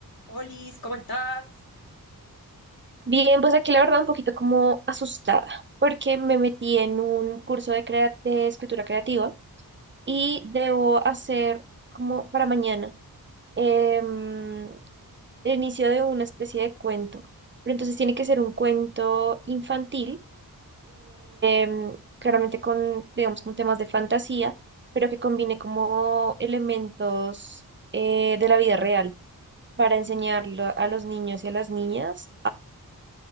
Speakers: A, on the left; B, on the right.
A: Olis, ¿cómo estás?
B: Bien, pues aquí la verdad un poquito como asustada, porque me metí en un curso de, crea- de escritura creativa y debo hacer como para mañana em, el inicio de una especie de cuento, pero entonces tiene que ser un cuento infantil, em, claramente con, digamos, con temas de fantasía, pero que combine como elementos eh, de la vida real para enseñarlo a los niños y a las niñas